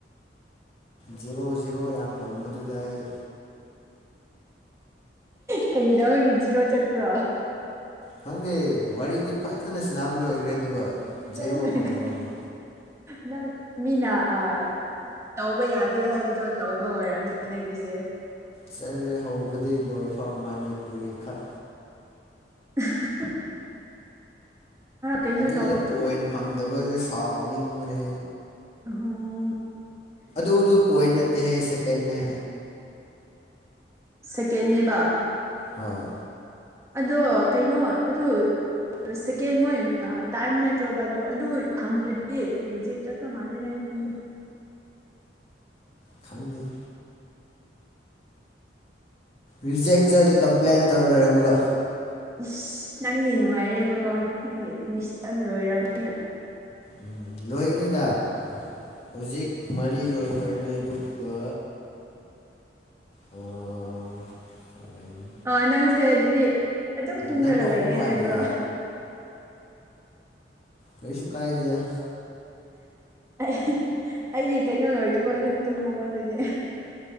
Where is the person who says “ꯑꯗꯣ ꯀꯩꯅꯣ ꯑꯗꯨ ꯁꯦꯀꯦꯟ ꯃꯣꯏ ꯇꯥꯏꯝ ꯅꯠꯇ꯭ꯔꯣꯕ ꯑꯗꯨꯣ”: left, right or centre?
Right